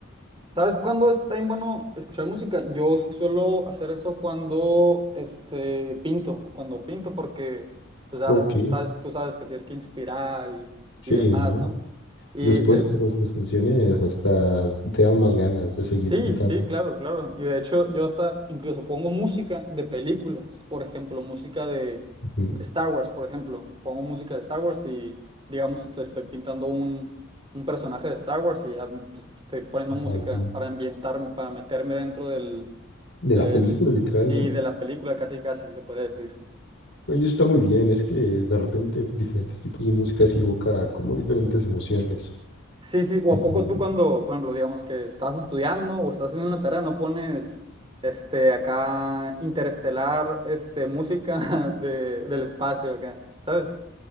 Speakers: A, on the right; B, on the left.
A: ¿Sabes cuándo está bien bueno escuchar música? Yo suelo hacer eso cuando este, pinto, cuando pinto, porque pues, ya
B: Ok.
A: sabes, tú sabes, te tienes que inspirar y,
B: Sí,
A: y demás,
B: ¿no?
A: ¿no? Y
B: Después
A: eh,
B: todas esas canciones hasta te dan más ganas de seguir
A: sí,
B: cantando.
A: sí, claro, claro. Y de hecho, yo hasta incluso pongo música de películas, por ejemplo, música de,
B: Ujú.
A: de Star Wars, por ejemplo. Pongo música de Star Wars y, digamos, te estoy pintando un, un personaje de Star Wars y ya pues, estoy poniendo música
B: Ay, sí.
A: para ambientarme, para meterme dentro del
B: De
A: Del,
B: la película, literal,
A: sí,
B: ¿no?
A: de la película, casi casi se podría decir.
B: Oye, eso está muy bien, es que de repente diferentes tipos de música sí evoca como diferentes emociones,
A: Sí, sí, o
B: tipo,
A: a poco tú cuando, por ejemplo, digamos que estás estudiando o estás haciendo una tarea, no pones este acá interestelar, este música <laughs> de, del espacio acá, ¿sabes?